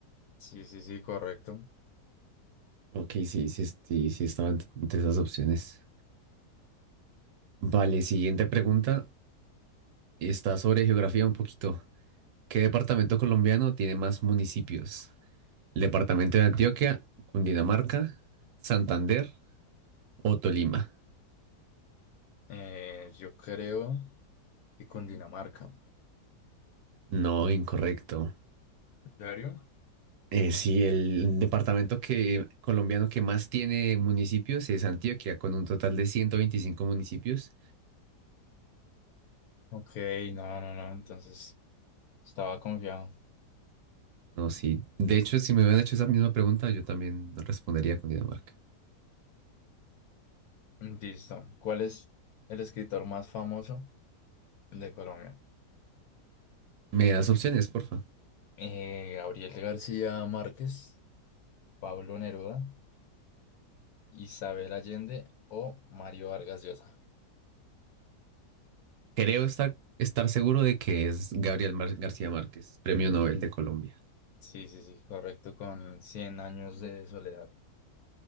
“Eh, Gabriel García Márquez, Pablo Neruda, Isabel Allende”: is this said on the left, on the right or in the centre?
Left